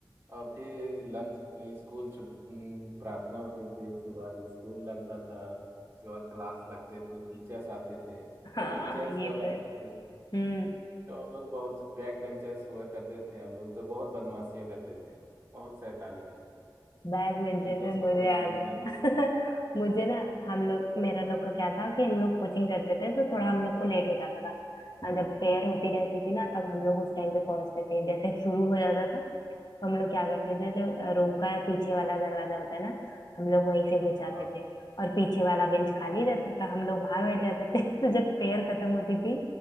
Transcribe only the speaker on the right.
और फिर लंच स्कूल छुट हम्म, प्रार्थना होती थी उसके बाद स्कूल लगता था उसके बाद क्लास लगते थे टीचर्स आते थे तो
टीचर्स
जब
आते
थे
तो हम लोग बहुत बैक बेंचर्स हुआ करते थे हम लोग तो बहुत बदमाशियाँ करते थे बहुत शैतानी करते
टीचर्स
को
परेशान
करते थे
हाँ